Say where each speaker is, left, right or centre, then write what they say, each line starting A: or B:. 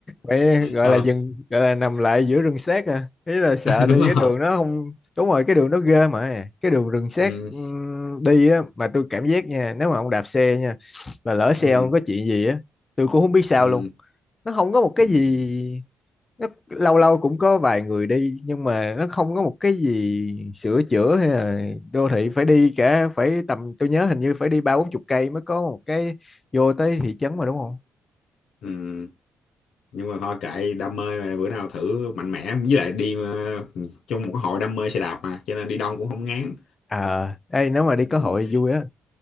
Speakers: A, on the left; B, on the left.
A: phải gọi
B: Ờ,
A: là dừng gọi là nằm lại giữa rừng xét à ý là sợ
B: <laughs>
A: đi
B: đúng rồi
A: cái đường nó không đúng rồi cái đường nó ghê mà cái đường rừng xét
B: ừ,
A: ừm, đi á mà tôi cảm giác nha nếu mà ông đạp xe nha mà lỡ xe
B: ừ,
A: ông có chuyện gì á tôi cũng không biết sao
B: ừ,
A: luôn nó không có một cái
B: ừ,
A: gì nó lâu lâu cũng có vài người đi nhưng mà nó không có một cái gì sửa chữa hay là đô thị phải đi cả phải tầm tôi nhớ hình như phải đi ba bốn chục cây mới có một cái vô tới thị trấn mà đúng không
B: ừ. nhưng mà thôi kệ đam mê mà bữa nào thử mạnh mẽ với lại đi ờ, trong một cái hội đam mê xe đạp mà cho nên đi đông cũng không ngán
A: à ê nếu mà đi có hội
B: ừ,
A: vui á